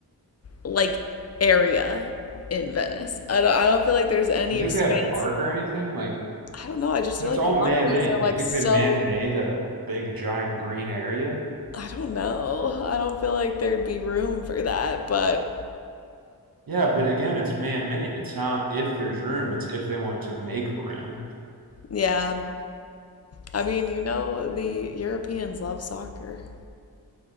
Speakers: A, on the left (about 40°); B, on the right (about 65°).
A: like area in Venice. I don't I don't feel like there's any
B: You think
A: expanse.
B: they have park or anything? Like,
A: I don't know. I just
B: 'cause
A: feel
B: it's
A: like
B: all
A: the waterways
B: man-made.
A: are like
B: You think
A: so
B: they man-made a big giant green area?
A: I don't know. I don't feel like there'd be room for that, but
B: Yeah, but again, it's man-made. It's not if there's room, it's if they want to make room.
A: yeah. I mean, you know the Europeans love soccer.